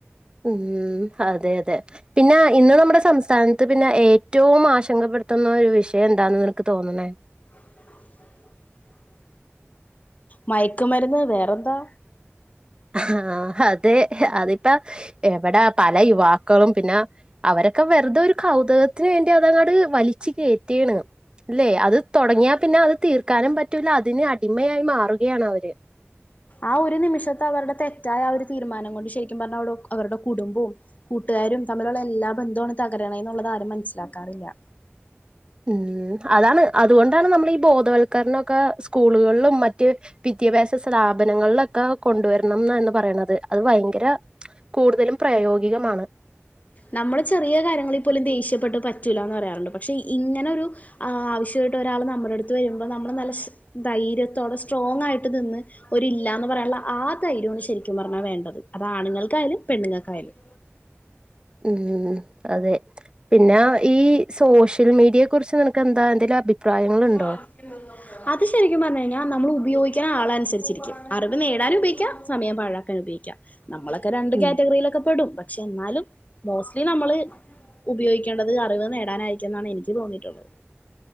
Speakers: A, on the right; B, on the left.
A: ഉം അതെ അതെ പിന്നെ ഇന്ന് നമ്മുടെ സംസ്ഥാനത്ത് പിന്നെ ഏറ്റവും ആശങ്കപ്പെ പ്പെടുത്തുന്ന ഒരു വിഷയം എന്താന്ന് നിനക്ക് തോന്നണേ
B: <inaudible> മയക്കുമരുന്ന് വേറെന്താ
A: ആ അതെ അതിപ്പ എവിടെ പല യുവാക്കളും പിന്നെ അവരെ അക്കെ വെറുതെ ഒരു കൗതുകകത്തിന് വേണ്ടി അതങ്ങട് വലിച്ചു കേറ്റിണ് അല്ലെ അത് തുടങ്ങിയാൽ പിന്നെ അത് തീർക്കാനും പറ്റൂല അതിന് അടിമയായി മാറുകയാണ് അവര്
B: ആ ഒരു നിമിഷത്തെ അവരുടെ തെറ്റായ ആ ഒരു തീരുമാനം കൊണ്ട് ശരിക്കും പറഞ്ഞാൽടെ അവരുടെ കുടുംബവും കൂട്ട രും തമ്മിലുള്ള എല്ലാ ബന്ധമാണ് തകരണ എന്നുള്ളത് ആരും മനസ്സിലാക്കാറില്ല
A: ഉം അതാണ് അതുകൊണ്ടാണ് നമ്മൾ ഈ ബോധവൽക്കരണൊക്കെ സ്കൂളുകളിലും മറ്റ് വി വിദ്യാഭ്യാസ സ്ഥാപനങ്ങളിലൊക്കെ കൊണ്ടുവരണംന്ന് പറയണുന്നത് അത് ഭയങ്കര കൂടുതലും പ്രായോഗികമാണ്
B: നമ്മള് ചെറിയ കാര്യങ്ങളിൽ പോലും ദേഷ്യപ്പെട്ട് പറ്റൂല എന്ന് പറയാറുണ്ട് പക്ഷെ ഇങ്ങനൊ ഒരു ആവശ്യ നമ്മടെ അടുത്ത് വരുമ്പോ നമ്മള് നല്ല ദൈര്യത്തോടെ സ്ട്രോങ്ങാആയിട്ട് നിന്ന് ഒരു ഇല്ല പറ ള ആ തൈര്യാണ് ശരിക്കും പറഞ്ഞാ വേണ്ടത് അത് ആണുങ്ങൾക്കായാലും പെണ്ണുങ്ങൾക്കായാലും
A: ഉം അതെ പിന്നെ ഈ സോഷ്യൽ മീഡിയയെ കുറിച്ച് നിനക്ക് എന്താ എന്തെലും അഭിപ്രായങ്ങളുണ്ടോ
B: <inaudible> അത് ശരിക്കും പറഞ്ഞു കഴിഞ്ഞാൽ നമ്മള് ഉ ഉപയോഗിക്കുന്ന ആള അനുസരിച്ചി രിക്കും അറിവ് നേടാനും ഉപയോഗിക്കാം സമയം പാഴാക്കാൻ ഉപയോഗിക്കാം നമ്മളൊക്കെ രണ്ട്
A: ഉം
B: കാറ്റഗറിയിലൊക്കെ പെടും പക്ഷെ എന്നാലും മോസ്ലി നമ്മള് ഉപയോഗിക്കേണ്ടത് അറിവ് നേടാനായിരികുന്നാണ് എനിക്ക് തോന്നിയിട്ടുള്ളത്